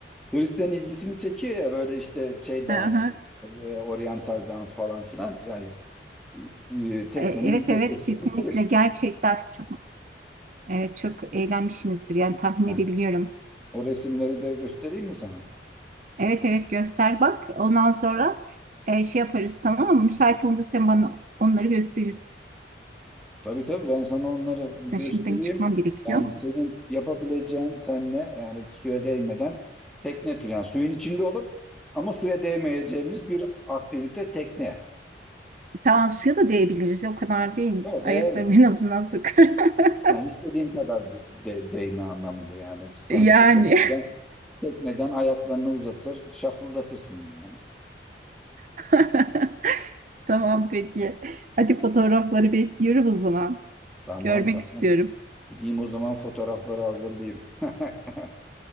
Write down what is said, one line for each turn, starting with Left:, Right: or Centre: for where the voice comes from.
Centre: Turistlerin ilgisini çekiyor ya böyle işte şey dansı,
Right: aha.
Centre: e, oryantal dans falan filan. Yani e, teknenin
Right: E, Evet
Centre: %80'i
Right: evet kesinlikle
Centre: turist.
Right: gerçekten çok evet, çok eğlenmişsinizdir yani tahmin
Centre: Yani
Right: edebiliyorum.
Centre: o resimleri de göstereyim mi sana?
Right: Evet evet göster bak. Ondan sonra e, şey yaparız tamam mı? Müsait olunca sen bana onları gösterirsin.
Centre: Tabii tabii ben sana onları göstereyim.
Right: Şimdi benim çıkmam gerekiyor.
Centre: Yani senin yapabileceğin senle yani suya değmeden tekne turu. Yani suyun içinde olup ama suya değmeyeceğimiz bir aktivite tekne.
Right: Tamam suya da değebiliriz. O kadar değil.
Centre: O
Right: Ayaklarım
Centre: değer.
Right: en azından sıkır. <laughs>
Centre: Yani istediğin kadar de, de- değme anlamında yani. Sonuçta
Right: Yani.
Centre: tekneden, tekneden ayaklarını uzatır, şapıldatırsın yani.
Right: <laughs> Tamam peki. Hadi fotoğrafları bekliyorum o zaman.
Centre: Tamam
Right: Görmek
Centre: tamam.
Right: istiyorum.
Centre: Gideyim o zaman fotoğrafları hazırlayayım. <laughs>